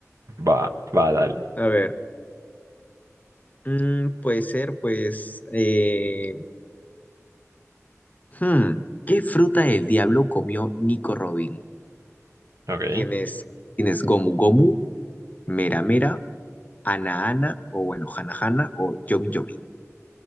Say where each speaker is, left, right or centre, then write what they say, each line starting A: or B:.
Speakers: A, on the right; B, on the left.
A: Va, va, dale.
B: A ver, mm, puede ser, pues... eh, hmm, ¿qué fruta del diablo comió Nico Robin?
A: Ok.
B: Tienes, tienes Gomu Gomu, Mera Mera, Ana Ana, o bueno, Hana Hana, o Yomi Yomi.